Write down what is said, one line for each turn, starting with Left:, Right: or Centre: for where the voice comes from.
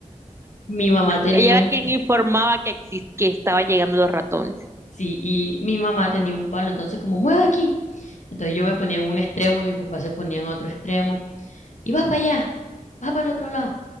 Left: <laughs> mi mamá tenía
Right: Ella
Left: un,
Right: era quien informaba que, exis- que estaba llegando los ratones.
Left: sí, y mi mamá tenía un palo, entonces como, mueve aquí. Entonces yo me ponía en un extremo y mi papá se ponía en otro extremo y va para allá, va para el otro lado.